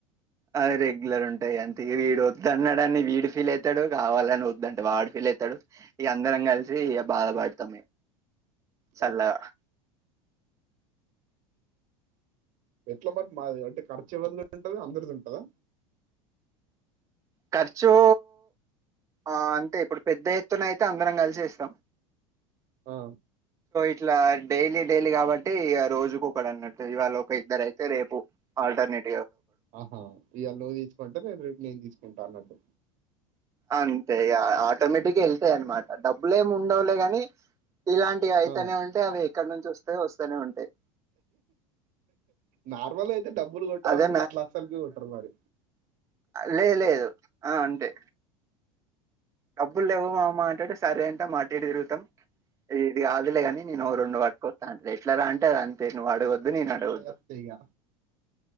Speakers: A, on the right; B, on the right.
A: ఆ రెగ్యులర్ ఉంటాయి గంతే ఇగ వీడు వద్దు అన్నాడు అని వీడు ఫీల్ అవుతాడు కావాలని వద్దంటే వాడు ఫీల్ అవుతాడు ఇగ అందరం కలిసి ఇగ బాధ పడతాం సల్లా
B: ఆ, ఎట్ల మరి మాది అంటే ఖర్చు ఎవ్వరిది ఉంటది అందరిది ఉంటదా
A: ఖర్చు ఆ అంటే ఇప్పుడు పెద్ద ఎత్తున అయితే అందరం కలిసి ఏస్తాం
B: ఆ
A: ఇట్లా డైలీ డైలీ కాబట్టి రోజుకు ఒకడు అన్నట్టు ఇవాళ ఒక ఇద్దరు అయితే రేపు ఆల్టర్నేట్
B: ఆహా ఇయ్యాల నువ్వు తీసుకుంటే రేపు రేప్ నేన్ తిసుకు ఇంటర్నెట్
A: అంతే ఇగ ఆటోమేటిక్ గా ఎల్తయ్ అనమాట డబ్బులేమి ఉండవులే గాని ఇలాంటివి అయితనే
B: ఆ,
A: ఉంటాయ్ అవి ఎక్కడ నుంచి వస్తాయో వస్తాయి వస్తనే ఉంటాయ్
B: నార్మల్ అయితే డబ్ కొట్టారంట
A: అదే
B: అట్లసలు కొట్టరు మరి
A: లే లేదు ఆ అంటే డబ్బుల్ లేవు మామా అంటే సరే అంటం అటూఇటూ తిరుగుతాం ఇది కాదులేగాని నేను రెండు పట్టుకొస్తా అంటె ఎట్లరా అంటే అద్ అంతె నువ్వు అడగద్దు నేను అడగద్దు
B: అవి అంతే ఇక